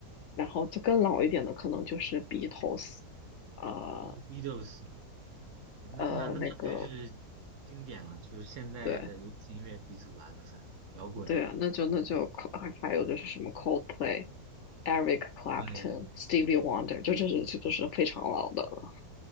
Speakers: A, on the left; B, on the right.
A: 然后就更老一点的，可能就是 Beatles，呃
B: 哦，Beatles，对，那那那真是经典了，
A: 呃，那个
B: 就是现在的流行音乐鼻祖了，
A: 对。
B: 就算摇滚。
A: 对啊，那就那就还还有就是什么 Coldplay、Eric Clapton、
B: 对，
A: Stevie Wonder，就这是这都是非常老的了